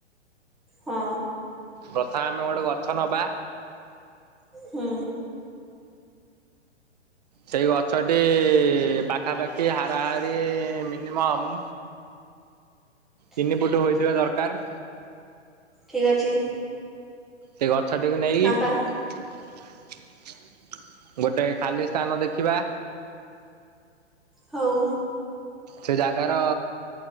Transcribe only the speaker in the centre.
ହଁ।
ହୁଁ।
ଠିକ ଅଛି।
ନବା
ହଉ।